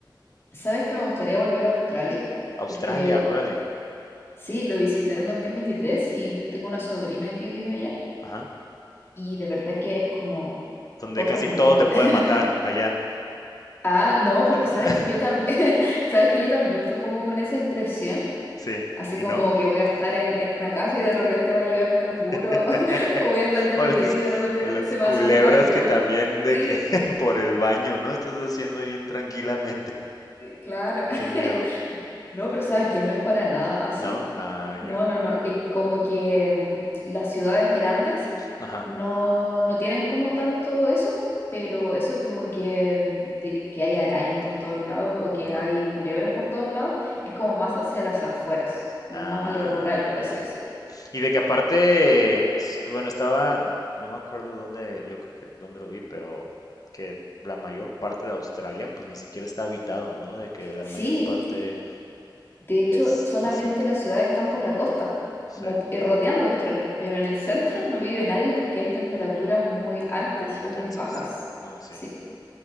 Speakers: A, on the left (about 30°); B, on the left (about 50°).
A: ¿Sabes que me gustaría volver a Australia?
B: Australia,
A: Porque
B: órale,
A: sí, lo visité en 2023 y tengo una sobrina que vive allá.
B: ajá,
A: Y de verdad que es como
B: donde
A: otro
B: casi
A: mundo.
B: todo te puede
A: <laughs>
B: matar allá,
A: Ah, no, pero
B: <laughs>
A: sabes que yo también, <laughs> sabes que yo también fui como con esa impresión,
B: sí,
A: así
B: ¿y
A: como
B: no?
A: que voy a estar en, en una casa y de repente va a llegar un canguro,
B: <laughs>
A: <laughs> o voy a estar viendo
B: O las,
A: tele y de repente
B: o las
A: se me
B: culebras
A: va a subir una pitón.
B: que también de
A: Sí,
B: que <laughs> por el baño, ¿no? Estás haciendo ahí bien tranquilamente,
A: Claro. <laughs>
B: qué miedo,
A: No, pero sabes que no es para nada así.
B: ¿no? Ah,
A: No,
B: ya,
A: no, no. Es como que mm, las ciudades grandes
B: ajá,
A: no, no tienen como tanto eso, pero eso como que, mm, de que hay arañas por todos lados o que
B: y no,
A: hay culebras por todos lados, es como más hacia las afueras, como
B: ah,
A: más a lo rural, por
B: ya.
A: así decirlo.
B: Y de que aparte, s- bueno, estaba, no me acuerdo dónde, yo creo que dónde lo vi, pero que la mayor parte de Australia pues ni siquiera está habitado, ¿no? De que la
A: Sí,
B: mayor parte
A: de hecho,
B: es
A: solamente
B: desierto.
A: las ciudades están por la costa,
B: Sí,
A: como eh, rodeando Australia, pero en el centro no vive nadie porque hay temperaturas muy altas
B: muy intensas.
A: o muy bajas.
B: No, sí.
A: Sí.